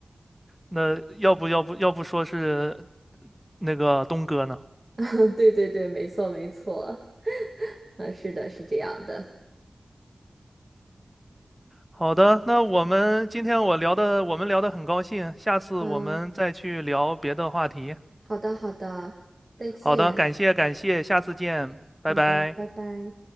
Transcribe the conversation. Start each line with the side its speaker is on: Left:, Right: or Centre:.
Centre: 那要不要不要不说是那个东哥呢？
Right: <laughs> 啊对对对，没错没错，<laughs> 啊，是的，是这样的，
Centre: 好的，那我们今天我聊的，我们聊得很高兴，下次我们再去聊别的话题。
Right: 啊，好的好的，再见，
Centre: 好的，感谢感谢，下次见，拜拜。
Right: 好的，拜拜。